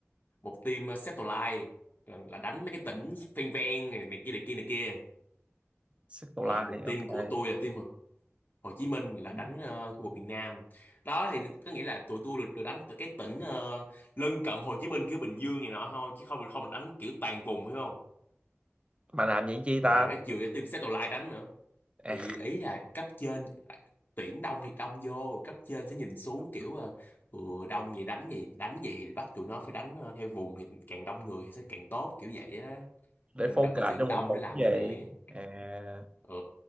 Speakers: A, on the left; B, on the right.
A: một team ờ, Satellite ờ, là đánh mấy cái tỉnh ven ven này, này kia này kia này kia
B: Circle
A: rồi
B: Line
A: một team
B: ok
A: của tôi là team Hồ Chí Minh là
B: Ừ.
A: đánh ờ, khu vực miền Nam đó thì có nghĩa là tụi tôi được, được đánh từ cái tỉnh ờ, lân cận Hồ Chí Minh kiểu Bình Dương này nọ thôi chứ không không được đánh kiểu toàn vùng phải không
B: mà làm vậy chi
A: là
B: ta
A: phải chiều cho team Satellite đánh nữa
B: à,
A: thì ý là cấp trên tuyển đông thì đông vô cấp trên sẽ nhìn xuống
B: ừ,
A: kiểu ờ, ừ, đông vậy đánh gì đánh vậy thì bắt tụi nó phải đánh ờ, theo vùng thì càng đông người thì sẽ càng tốt kiểu vậy á
B: để
A: nên
B: focus
A: đợt nó tuyển
B: cho một
A: đông
B: vùng
A: để làm
B: cái
A: gì nè
B: gì à,
A: ừ